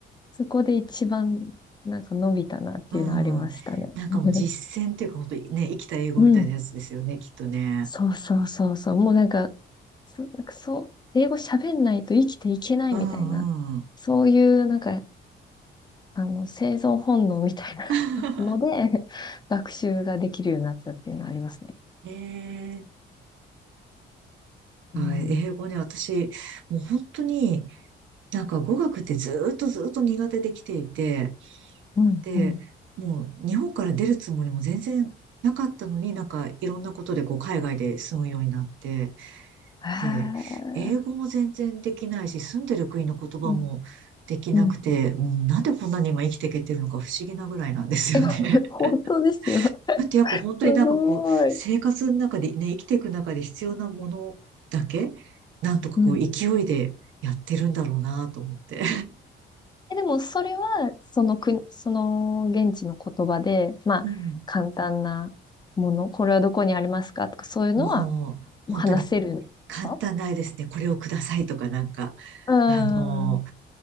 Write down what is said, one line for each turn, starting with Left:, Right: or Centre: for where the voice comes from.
Left: そこで一番なんか伸びたなっていうのはありましたね。
Right: うん。なんかもう実践っていうか、
Left: <laughs>
Right: 本当にね、生きた英語みたいなやつですよね、
Left: うん。
Right: きっとね。
Left: そうそうそうそう。もうなんか、そなんかそう、英語喋んないと生きていけないみたいな、
Right: うんうん。
Left: そういうなんか、あの、生存本能みたいな
Right: <laughs>
Left: <laughs> ので、学習ができるようになったっていうのはありますね。
Right: へえ、そうか、
Left: うん、
Right: 英語ね、私、もう本当に、なんか語学ってずーっとずーっと苦手できていて、
Left: うん、
Right: で、
Left: うん。
Right: もう日本から出るつもりも全然なかったのに、なんかいろんなことでこう海外で住むようになって、
Left: ああ、
Right: で、英語も全然できないし、住んでる国の言葉もできなくて、
Left: うん、うん。
Right: うん、なんでこんなに今生きていけてるのか不思議なぐらいなんですよね。
Left: え、<laughs>
Right: <laughs>
Left: 本当ですよ。<laughs>
Right: それってやっぱ本当になんかこう、
Left: すごい。
Right: 生活の中でね、生きていく中で必要なものだけ、なんとかこう、
Left: うん
Right: 勢いでやってるんだろうなと思って。
Left: え、でもそれは、その国、その現地の言葉で、まあ、
Right: <laughs> うん。
Left: 簡単なもの、これはどこにありますかとか、そういうのは
Right: もう、本当に
Left: もう話せるんですか
Right: 簡単ないですね。これをくださいとかなんか、
Left: うー
Right: あの、
Left: ん。